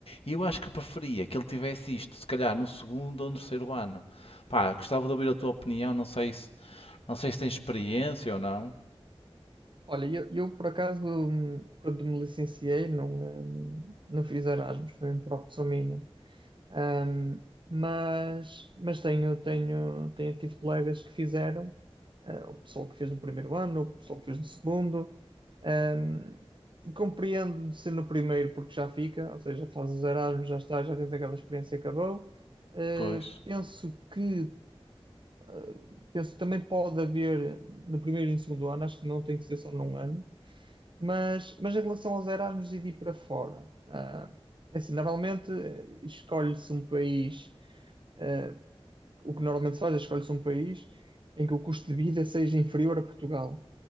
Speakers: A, on the left; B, on the right.
A: E eu acho que preferia que ele tivesse isto, se calhar no segundo ou no terceiro ano. Pá, gostava de ouvir a tua opinião, não sei se não sei se tem experiência ou não.
B: Olha, eu, eu, por acaso, hum, quando me licenciei, não, hum, não fiz Erasmus, foi uma opção minha. Ahm, mas mas tenho, tenho, tenho, tive colegas que fizeram, ah, o pessoal que fez no primeiro ano, o pessoal que fez no segundo. Ahm, e compreendo de ser no primeiro porque já fica, ou seja, fazes os Erasmus, já está, já tens aquela experiência e acabou. Ah,
A: Pois.
B: penso que, ah, penso que também pode haver no primeiro e no segundo ano, acho que não tem que ser só num ano. Mas, mas em relação aos Erasmus e de ir para fora, ah, é assim, normalmente eh, escolhe-se um país, ah, o que normalmente se faz é escolhe-se um país em que o custo de vida seja inferior a Portugal,